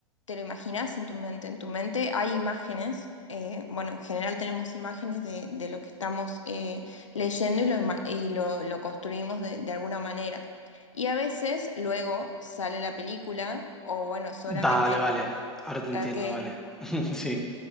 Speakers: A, on the left; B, in the centre.
A: te lo imaginás en tu mente. En tu mente hay imágenes. eh, bueno, en general tenemos imágenes de, de lo que estamos eh, leyendo y lo, ima- y lo, lo construimos de, de alguna manera. Y a veces luego sale la película o bueno, solamente,
B: Vale, vale. Ahora te entiendo,
A: ok.
B: vale. <laughs> Sí,